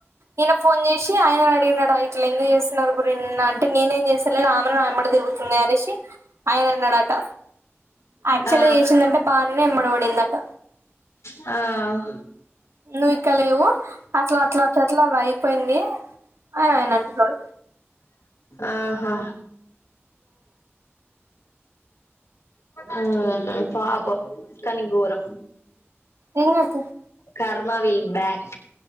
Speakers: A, on the right; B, on the left.
A: ఈయన ఫోన్ చేసి ఆయన అడిగిండట ఇట్లా ఎందుకు చేస్తున్నారు <unintelligible> అంటే నేనేం చేస్తలేను ఆమెనే నాయమిటి తిరుగుతు అనేసి ఆయన అన్నాడట యాక్చువల్
B: ఆ
A: చేసిదంతా బానూనె అయన ఎమ్మాటి పడింది అట
B: ఆ
A: నువ్వు ఇక్కాలేవు అట్లా అట్లా అట్లా అది అయిపోయింది. అని అడిగినట్టు ఉన్నాడు.
B: ఆహా అ పాపం కానీ ఘోరం
A: ఎమ్ గద్ తీయ్
B: కర్మా విల్ బ్యాక్